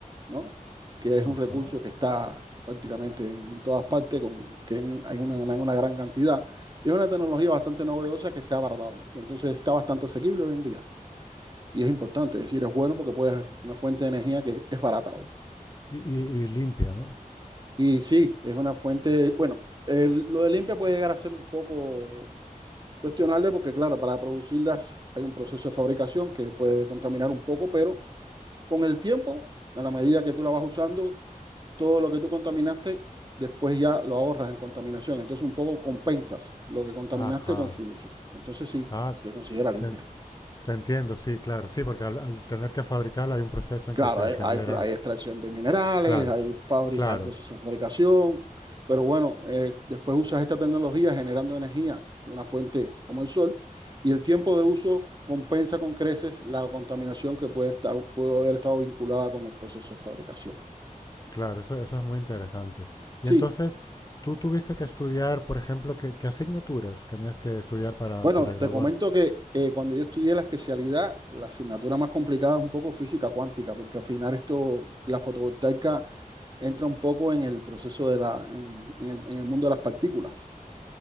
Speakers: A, on the right; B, on the left.
A: ¿no? Que es un
B: Ajá.
A: recurso que está prácticamente en todas partes, con, que en- hay una, en una gran cantidad. Y es una tecnología bastante novedosa que se ha abaratado mucho. Entonces está bastante asequible hoy en día. Y es importante, es decir, es bueno porque puedes una fuente de energía que es barata hoy.
B: Y, y- y limpia, ¿no?
A: Y sí, es una fuente, bueno, el- lo de limpia puede llegar a ser un poco Cuestionarle porque, claro, para producirlas hay un proceso de fabricación que puede contaminar un poco, pero con el tiempo, a la medida que tú la vas usando, todo lo que tú contaminaste, después ya lo ahorras en contaminación. Entonces un poco compensas lo que contaminaste
B: Ajá.
A: con su uso. Entonces sí,
B: Ah,
A: se considera limpia.
B: te, te entiendo, sí, claro, sí, porque al, al tener que fabricarla hay un proceso en
A: Claro,
B: que se
A: hay,
B: generan,
A: hay pro- hay extracción de minerales,
B: claro,
A: hay fábricas,
B: claro.
A: hay procesos de fabricación, pero bueno, eh, después usas esta tecnología generando energía de una fuente como el sol y el tiempo de uso compensa con creces la contaminación que puede estar, pudo haber estado vinculada con el proceso de fabricación.
B: Claro, eso, eso es muy interesante. Y
A: Sí,
B: entonces, tú tuviste que estudiar, por ejemplo, ¿qué, qué asignaturas tenías que estudiar para,
A: bueno,
B: para graduarte?
A: te comento que eh, cuando yo estudié la especialidad, la asignatura más complicada es un poco física cuántica, porque al final esto, la fotovoltaica entra un poco en el proceso de la, en en el en el mundo de las partículas.